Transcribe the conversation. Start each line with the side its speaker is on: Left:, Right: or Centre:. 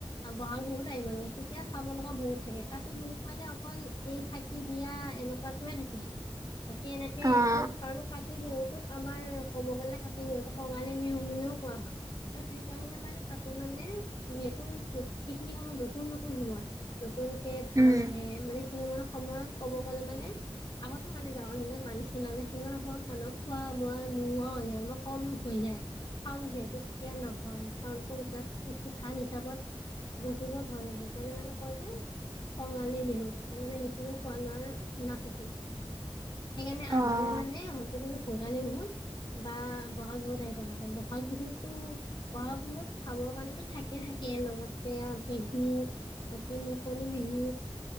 Left: ব'হাগ বিহুত আহিব লাগে, তেতিয়া চাব লগা বহুত থাকে, কাতি বিহুত মানে অকল এই চাকি দিয়া আ এনেকুৱাটোৱে থাকে। বাকী এনেকে
Right: অ',
Left: একো কাৰ, কাতি বিহুতোক আমাৰ ক'ব গ'লে কাতি বিহুত কঙালী বিহু বুলিও কোৱা হয় ত সেইকাৰণে মানে কাতি মানে যিয়ে নতুন, সেইখিনি সময়ত নতুন-নতুন সময়, নতুনকে ধান
Right: উম,
Left: আহে মানে সেইখিনি সময়ত সময়ত ক'ব গ'লে মানে আগতে মানে গাঁৱৰ দিনাক মানুহ চিনা যে <unintelligible> মানুহ খোৱা, বোৱা নোহোৱা হৈ যায় আৰু কম হৈ যায়। চাউল যিহেতু তেতিয়া নহয় চাউলটো মুঠি থান হিচাপত গজিব ধৰে হেইকাৰণে মানে কয় যে কঙালী বিহু তাতে মানে বিখিনি খোৱা লোৱাৰ নাথাকে। হেকাৰণে আহিলে
Right: অ',
Left: মানে হয়তো তুমি ভোগালী বিহুত বা বহাগ বিহুত আহিব লাগে। বহাগ বিহুতো বহাগ বিহুত খাব কাৰণো থাকিয়ে থাকে। তাকে লগতে বিহু বাকী মুকলি বিহু